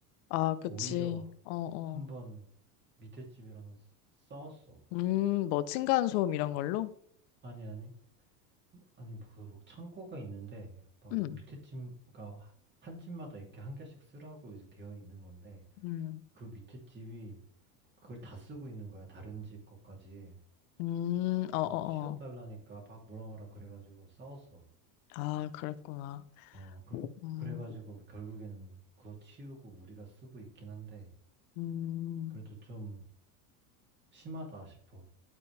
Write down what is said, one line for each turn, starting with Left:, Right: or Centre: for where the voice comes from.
Left: 아, 그치.
Right: 오히려
Left: 어, 어.
Right: 한 번 밑에 집이랑 싸- 싸웠어.
Left: 음, 뭐 층간소음 이런 걸로?
Right: 아니, 아니, 아니, 뭐 그, 막 창고가 있는데, 막
Left: 음,
Right: 밑에 집, 그니까 한 집마다 이렇게 한 개씩 쓰라고 이제 되어 있는 건데,
Left: 음,
Right: 그 밑에 집이 그걸 다 쓰고 있는 거야. 다른 집 것까지.
Left: 음, 어, 어,
Right: 그래서 좀 치워달라니까
Left: 어.
Right: 막 뭐라 뭐라 그래가지고 싸웠어.
Left: 아, 그랬구나.
Right: 어, 그,
Left: 음,
Right: 그래가지고 결국에는 그거 치우고 우리가 쓰고 있긴 한데,
Left: 음.
Right: 그래도 좀 심하다 싶어.